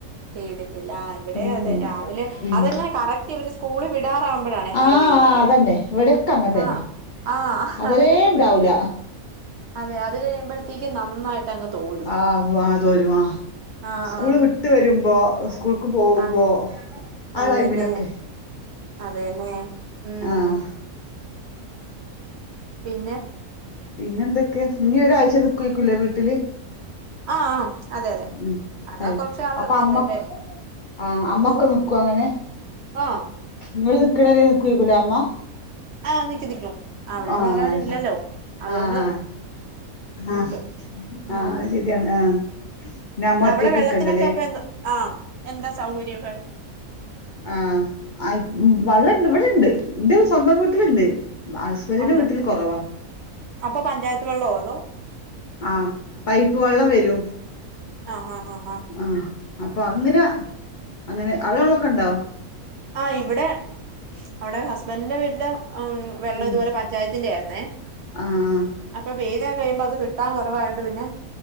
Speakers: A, on the right; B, on the left.
A: പെയ്തിട്ടില്ല ആ ഇവിടെ
B: ഉം
A: അതെ രാവിലെ
B: ഉം
A: അതെ എങ്ങനെ കറക്റ്റ് ഇവര് സ്കൂള് വിടാറാവു മഴ
B: ആഹ്
A: പെയ്യാറ്
B: ആഹ് അതന്നെ ഇവിടെക്കെ അങ്ങനെ തന്നെ
A: ആഹ് ആഹ്
B: അതരേ
A: അത് കഴിയുമ്പഴ്ത്തേക്ക്
B: ഉണ്ടാവൂല
A: അതെ അത് കഴിയുമ്പോഴത്തേക്കും നന്നായിട്ട് അങ്ങ് തോരും
B: ആഹ് വാതോരുവാ
A: ആ
B: സ്കൂള്
A: ആ
B: വിട്ട് വരുമ്പോ സ്കൂള് ക്പോകുമ്പോ
A: അത്
B: ആട്ടൈമിലൊക്കെ?
A: അതന്നെ അതന്നെ ഉം
B: ആഹ്
A: പിന്നെ
B: പിന്നെ എന്തൊക്കെ നീ ഒരാഴ്ച നിക്കുവക്കൂലല്ലേ വീട്ടില് -
A: ആ ആ അതെ അതെ
B: ഉ
A: അങ്ങനെ കൊറച്ചാള്
B: അപ്പൊ
A: നിന്നിട്ടെ
B: അമ്മക്ക് ആഹ്
A: എന്തോ
B: അമ്മൊക്കെ നിക്കോ അങ്ങനെ
A: ആഹ്
B: ഇങ്ങള് നിക്കണത്‌ വരെനിക്കുയ്ല്ലേഅമ്മ
A: ആഹ് നിക്കും നിക്കും അവിടെ
B: ആഹ്
A: വേറാരും ഇല്ലല്ലോ അതുകൊണ്ട്
B: ആഹ്
A: നിക്കും
B: ആഹ്
A: ഉം
B: ആഹ് അയ്ശരിയാണ് ആഹ് പിന്നെ അമ്മ
A: അവിടെ
B: ഒറ്റക്കൊക്കെ
A: വെള്ളത്തിനൊക്കെ
B: ഉണ്ടല്ലേ
A: അപ്പഴെന്തോ ആ എന്താ സൗകര്യക്കെ
B: ആഹ് ആയ് വള്ളണ്ട് വിടെണ്ട് ന്റെ സ്വന്തം വീട്ടില്ണ്ട് ബ ഹസ്ബന്റിന്റെ
A: ഒണ്ടോ
B: വീട്ടിൽ കൊറവാ.
A: അപ്പൊ പഞ്ചായത്ത് വെള്ളൊ അതോ?
B: ആഹ് പൈപ്പ് വെള്ളം വരും
A: ആഹ് ആഹ് ആഹ്
B: ആഹ് അപ്പൊ അങ്ങ്ന അങ്ങനെ അവടെ വള്ളൊക്ക ണ്ടോ?
A: ആ് ഇവിടെ അവിടെ ഹസ്ബൻറിന്റെ വീട്ടില് അം വെള്ളം
B: ഉം
A: ഇതുപോലെ പഞ്ചായത്തിന്റെ ആയിരുന്നേ.
B: ആഹ്
A: അപ്പൊ <unintelligible> അത് കിട്ടാൻ കൊറവായോണ്ട് പിന്നെ